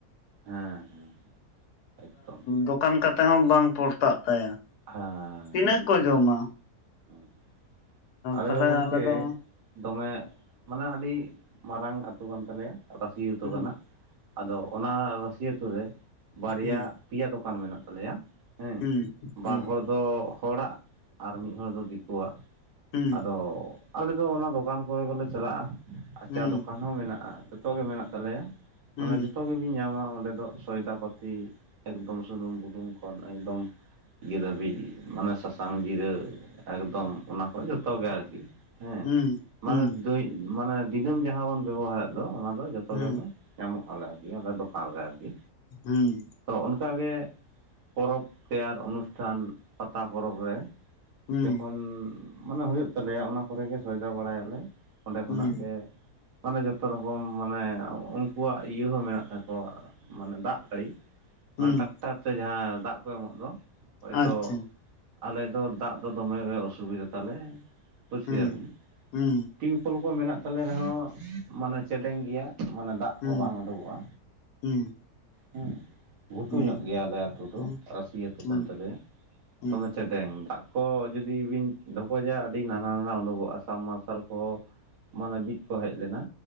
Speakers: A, on the right; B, on the left.
A: ᱦᱮᱸ᱾ ᱮᱠᱫᱚᱢ
B: ᱫᱚᱠᱟᱱ ᱠᱟᱛᱮ ᱦᱚᱸ ᱵᱟᱝ ᱯᱚᱲᱛᱟᱜ ᱛᱟᱭᱟ᱾
A: ᱦᱮᱸ᱾
B: ᱛᱤᱱᱟᱹᱜ ᱠᱚ ᱡᱚᱢᱟ!
A: ᱦᱮᱸ ᱦᱮᱸ ᱟᱞᱮ
B: ᱛᱟᱦᱚᱞᱮ
A: ᱫᱚ ᱜᱚᱢᱠᱮ
B: ᱫᱚ
A: ᱫᱚᱢᱮ ᱢᱟᱱᱮ ᱟᱹᱰᱤ ᱢᱟᱨᱟᱝ ᱟᱹᱛᱩ ᱠᱟᱱ ᱛᱟᱞᱮᱭᱟ ᱨᱟᱹᱥᱤ ᱟᱹᱛᱩ
B: ᱦᱩᱸ
A: ᱠᱟᱱᱟ᱾ ᱟᱫᱚ ᱚᱱᱟ ᱨᱟᱹᱥᱤ ᱟᱹᱛᱩ ᱨᱮ ᱵᱟᱨᱭᱟ
B: ᱦᱩᱸ
A: ᱯᱮᱭᱟ ᱫᱚᱠᱟᱱ ᱢᱮᱱᱟᱜ ᱛᱟᱞᱮᱭᱟ᱾ ᱦᱮᱸ
B: ᱦᱩᱸ
A: ᱵᱟᱨ
B: ᱦᱩᱸ᱾
A: ᱦᱚᱲ ᱫᱚ ᱦᱚᱲᱟᱜ ᱟᱨ ᱢᱤᱫ ᱦᱚᱲ ᱫᱚ ᱫᱤᱠᱩᱣᱟᱜ᱾
B: ᱦᱩᱸ
A: ᱟᱫᱚ ᱟᱞᱮ ᱫᱚ ᱚᱱᱟ ᱫᱚᱠᱟᱱ ᱠᱚᱨᱮ ᱜᱮᱞᱮ ᱪᱟᱞᱟᱜᱼᱟ ᱟᱨ
B: ᱦᱩᱸ
A: ᱪᱟ ᱫᱚᱠᱟᱱ ᱦᱚᱸ ᱢᱮᱱᱟᱜᱼᱟ᱾ ᱡᱚᱛᱚ ᱜᱮ ᱢᱮᱱᱟᱜ ᱛᱟᱞᱮᱭᱟ
B: ᱦᱩᱸ
A: ᱢᱟᱱᱮ ᱡᱚᱛᱚ ᱜᱤ ᱵᱤᱱ ᱧᱟᱢᱟ ᱚᱸᱰᱮ ᱫᱚ ᱥᱚᱭᱫᱟ ᱯᱟᱹᱛᱤ ᱮᱠᱫᱚᱢ ᱥᱩᱱᱩᱢ ᱵᱩᱞᱩᱝ ᱠᱷᱚᱱ ᱮᱠᱫᱚᱢ᱾ ᱤᱭᱟᱹ ᱫᱷᱟᱹᱵᱤᱡ ᱢᱟᱱᱮ ᱥᱟᱥᱟᱝ ᱡᱤᱨᱟᱹ ᱮᱠᱫᱚᱢ ᱚᱱᱟ ᱠᱷᱚᱡ ᱡᱚ ᱛᱚ ᱜᱮ ᱟᱨᱠᱤ ᱦᱮᱸ
B: ᱦᱩᱸ
A: ᱢᱟᱱᱮ
B: ᱦᱩᱸ ᱦᱩᱸ
A: ᱫᱳᱭ ᱢᱟᱱᱮ ᱫᱤᱱᱟᱹᱢ ᱡᱟᱦᱟᱸ ᱵᱚᱱ ᱵᱮᱵᱚᱦᱟᱨᱮᱫ ᱫᱚ ᱚᱱᱟ ᱫᱚ ᱡᱚᱛᱚ
B: ᱦᱩᱸ
A: ᱜᱮᱵᱚᱱ ᱧᱟᱢᱚᱜ ᱟᱞᱮ ᱟᱨᱠᱤ ᱟᱞᱮ ᱫᱚᱠᱟᱱ ᱨᱮ ᱟᱨᱠᱤ᱾
B: ᱦᱩᱸ᱾
A: ᱛᱚ ᱚᱱᱠᱟ ᱜᱮ ᱯᱚᱨᱚᱵᱽ ᱛᱮᱭᱟᱨ ᱚᱱᱩᱥᱴᱷᱟᱱ ᱯᱟᱛᱟ ᱯᱚᱨᱚᱵᱽ ᱨᱮ᱾
B: ᱦᱩᱸ
A: ᱡᱚᱠᱷᱚᱱ
B: ᱦᱩᱸ
A: ᱢᱟᱱᱮ ᱦᱩᱭᱩᱜ ᱛᱟᱞᱮᱭᱟ ᱚᱱᱟ᱾ ᱠᱚᱨᱮ ᱜᱮ ᱥᱚᱭᱫᱟ ᱵᱟᱲᱟᱭᱟᱞᱮ ᱚᱸᱰᱮ ᱠᱷᱚᱱᱟᱜ
B: ᱦᱩᱸ
A: ᱜᱮ᱾ ᱢᱟᱱᱮ ᱡᱚᱛᱚ ᱨᱚᱠᱚᱢ ᱢᱟᱱᱮ ᱩᱱᱠᱩᱣᱟᱜ ᱤᱭᱟᱹ ᱦᱚᱸ ᱢᱮᱱᱟᱜ ᱛᱟᱠᱚᱣᱟ᱾ ᱢᱟᱱᱮ ᱫᱟᱜ ᱜᱟᱹᱲᱤ᱾ ᱢᱟᱱᱮ
B: ᱦᱩᱸ
A: ᱴᱨᱟᱠᱴᱟᱨ ᱛᱮ ᱡᱟᱦᱟᱸ ᱫᱟᱜ ᱠᱚ ᱮᱢᱚᱜ ᱫᱚ ᱦᱚᱭᱛᱳ
B: ᱟᱪᱪᱷᱟ
A: ᱟᱞᱮ ᱫᱚ ᱫᱟᱜ ᱫᱚ ᱫᱚᱢᱮ ᱜᱮ ᱚᱥᱩᱵᱤᱫᱷᱟ ᱛᱟᱞᱮ ᱵᱩᱡ
B: ᱦᱩᱸ
A: ᱠᱮᱫᱟ ᱵᱤᱱ᱾
B: ᱦᱩᱸ
A: ᱴᱤᱭᱩᱠᱚᱞ ᱠᱚ ᱢᱮᱱᱟᱜ ᱛᱟᱞᱮ ᱨᱮᱦᱚᱸ ᱢᱟᱱᱮ ᱪᱮᱰᱮᱝ ᱜᱮᱭᱟ᱾ ᱢᱟᱱᱮ ᱫᱟᱜ
B: ᱦᱩᱸ
A: ᱠᱚ ᱵᱟᱝ ᱩᱰᱩᱠᱚᱜᱼᱟ
B: ᱦᱩᱸ
A: ᱦᱮᱸ᱾ ᱜᱷᱩᱴᱩ
B: ᱦᱩᱸ
A: ᱧᱚᱜ
B: ᱦᱩᱸ
A: ᱜᱮᱭᱟ ᱟᱞᱮ ᱟᱹᱛᱩ ᱫᱚ
B: ᱦᱩᱸ
A: ᱨᱟᱹᱥᱤ ᱟᱹᱛᱩ
B: ᱦᱩᱸ
A: ᱠᱟᱱ ᱛᱟᱞᱮᱭᱟ,
B: ᱦᱩᱸ
A: ᱫᱚᱢᱮ ᱪᱮᱰᱮᱝ ᱫᱟᱜ ᱠᱚ ᱡᱩᱫᱤ ᱵᱤᱱ ᱰᱷᱚᱠᱡᱟ ᱟᱹᱰᱤ ᱱᱟᱱᱟ ᱱᱟᱱᱟ ᱩᱰᱩᱠᱚᱜᱼᱟ ᱥᱟᱵ ᱢᱟᱨᱥᱟᱞ ᱠᱚᱦᱚᱸ ᱢᱟᱱᱮ ᱵᱤᱫ ᱠᱚ ᱦᱮᱡ ᱞᱮᱱᱟ᱾